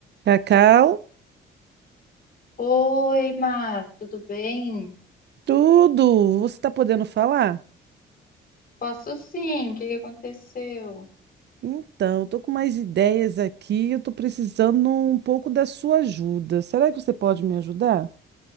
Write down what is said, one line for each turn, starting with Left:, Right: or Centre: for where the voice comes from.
Right: Cacau,
Left: Oi, Má, tudo bem?
Right: tudo! Você está podendo falar?
Left: Posso sim, o que que aconteceu?
Right: Então, estou com mais ideias aqui, eu estou precisando um pouco da sua ajuda. Será que você pode me ajudar?